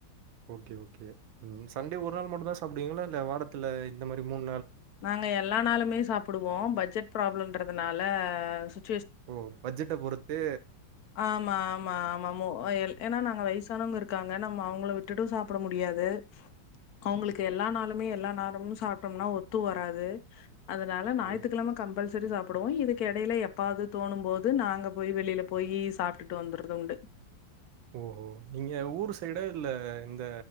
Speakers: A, on the right; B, on the left.
A: ஓகே ஓகே ம் சண்டே ஒரு நாள் மட்டுந்தா சாப்பிடுவீங்களா இல்ல வாரத்துல இந்த மாரி மூண்
B: நாங்க எல்லா நாளுமே சாப்பிடுவோ பட்ஜெட் ப்ராப்ளன்ற ன்றதுனால சுத்
A: ஓ பட்ஜெட்ட பொறுத்தே
B: ஆமா ஆமா ஆமா மோ எ ஏன்னா நாங்க வய்சானவங்க இருக்காங்க நம்மோ அவுங்கள விட்டுட்டு சாப்பிட முடியாது அவுங்களுக்கு எல்லா நாளுமே எல்லா நேரமு சாப்டோம்னா ஒத்து வராது அதனால ஞாயத்துக்கிழம
A: ஓ!
B: கம்பல் சரி சாப்பிடுவோ இதுக்கு எடையில எப்பாவது தோணும்போது நாங்க போய் வெளில போயி சாப்டுட்டு வந்துறது உண்டு
A: ஓஹோ நீங்க ஊரு சைடா இல்ல இந்த